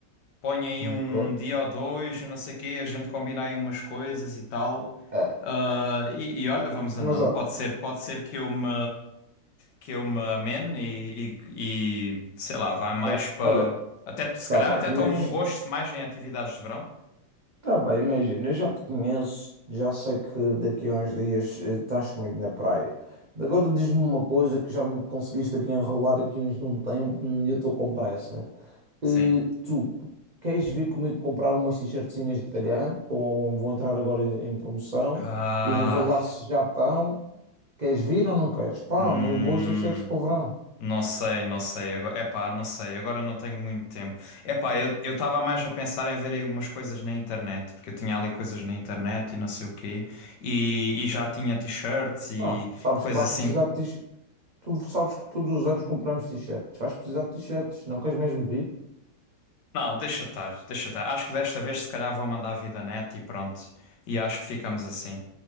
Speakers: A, on the left; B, on the right.
A: põe aí
B: Ok.
A: um dia ou dois, não sei o quê, a gente combina aí umas coisas e tal.
B: É,
A: Ah, e, e olha, vamos andando.
B: mas olha,
A: Pode ser, pode ser que eu me, que eu me amene e, e, e, sei lá, vai mais
B: é,
A: para.
B: olha,
A: Até, se
B: tá
A: calhar
B: bem,
A: até
B: mas
A: tomo um gosto mais em atividades de verão.
B: tá bem, imagina, eu já te conheço, já sei que daqui a uns dias eh, estás comigo na praia. Agora diz-me uma coisa que já me conseguiste aqui enrolar aqui uns de um tempo e eu estou com pressa.
A: Sim.
B: Eh, tu queres vir comigo comprar umas t-shirtzinhas da GAN? Estão- vão entrar agora em, em promoção.
A: Ah,
B: Eu vou ver lá se já estão. Queres vir ou não queres? Pá,
A: hum.
B: umas boas t-shirts para o verão.
A: Não sei, não sei. Agora, epá, não sei. Agora não tenho muito tempo. Epá, eu eu estava mais a pensar em ver aí umas coisas na internet, porque eu tinha ali coisas na internet e não sei o quê. E, e já tinha t-shirts e
B: Pá, sabes
A: coisas
B: que vais
A: assim.
B: precisar de t-shirts. Tu sabes que todos os anos compramos t-shirts. Vais precisar de t-shirts. Não queres mesmo vir?
A: Não, deixa estar, deixa estar. Acho que desta vez se calhar vou mandar a vida net e pronto. E acho que ficamos assim.